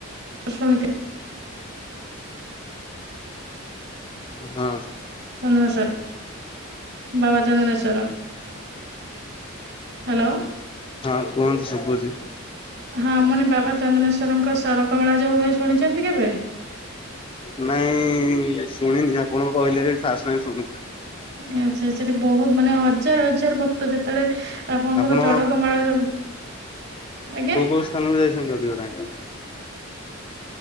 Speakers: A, on the right (about 55°); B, on the left (about 25°).
A: ଶୁଣିଥି
B: ହଁ
A: ଚନ୍ଦନେଶ୍ଵର, ବାବା ଚନ୍ଦ୍ରନେଶ୍ଵର। ହାଲୋ।
B: ହଁ, କୁହନ୍ତୁ ସବୁଚି।
A: ହଁ, ମନେ ବାବା ଚନ୍ଦନେଶ୍ଵରଙ୍କ ସଡକ ମେଳା ଯୋଉ ହୁଏ ଶୁଣିଛନ୍ତି କେବେ?
B: ନାଇଁ ବି ଶୁଣିନି, ଆପଣ କହିଲେ ଫାର୍ଷ୍ଟ ଟାଇମ୍ ଶୁଣିଛି।
A: ଆଚ୍ଛା, ଆଚ୍ଛା। ସେଠି ବହୁତ, ମାନେ ହଜାର ହଜାର ଭକ୍ତ ଯେତେବେ ଆପଣଙ୍କର
B: ଆପଣ
A: ଚଡକମେଳା ଯୋଗୁଁ। ଆଜ୍ଞା।
B: କୋଉ କୋଉ ସ୍ଥାନକୁ ଯାଇଛନ୍ତି ଅଧିକ ଟାଇମ୍ ମୁଁ